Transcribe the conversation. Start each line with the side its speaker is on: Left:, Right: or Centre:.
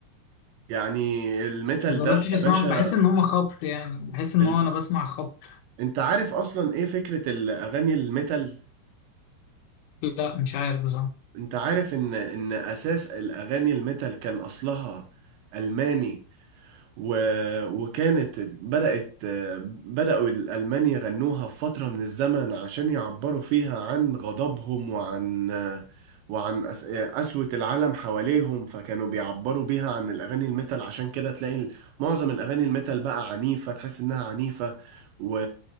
Right: يعني الميتال
Left: ما جربتش
Right: ده يا
Left: اسمعهم
Right: باشا
Left: بحس ان هم خبط يعني بحس ان
Right: ال...
Left: هو انا بسمع خبط
Right: انت عارف اصلا ايه فكرة الاغاني الميتال
Left: لا مش عارف بصراحه
Right: انت عارف ان ان اساس الاغاني الميتال كان اصلها الماني و... وكانت بدأت بدأوا الألمان يغنوها في فترة من الزمن عشان يعبروا فيها عن غضبهم وعن وعن أس... قسوة العالم حواليهم فكانوا بيعبروا بيها عن الأغاني الميتال عشان كده تلاقي ال- معظم الأغاني الميتال بقى عنيفة تحس إنها عنيفة و...